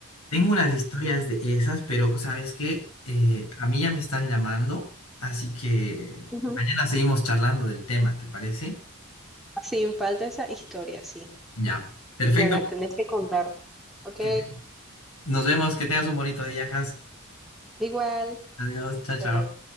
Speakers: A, on the left; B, in the centre.
A: Tengo unas historias de esas, pero ¿sabes qué? Eh, a mí ya me están llamando, así que
B: Ujú.
A: mañana seguimos charlando del tema, ¿te parece?
B: Sin falta esa historia, sí.
A: Ya, perfecto.
B: Me las tenés que contar. Ok,
A: Que- Nos vemos, que tengas un bonito día, Has.
B: igual.
A: Adiós, chao, chao.
B: te-